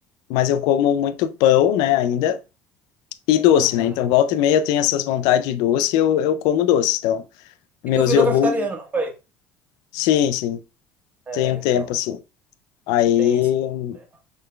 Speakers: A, on the left (about 75°); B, on the right (about 25°).
A: mas eu como muito pão, né, ainda, e doce,
B: Uhum.
A: né? Então, volta e meia eu tenho essas vontades de doce, eu, eu como doce. Então, meus
B: E tu virou
A: iogurtes,
B: vegetariano, não foi?
A: sim, sim,
B: É,
A: tem um
B: então.
A: tempo assim. Aí.
B: Tem isso também, né?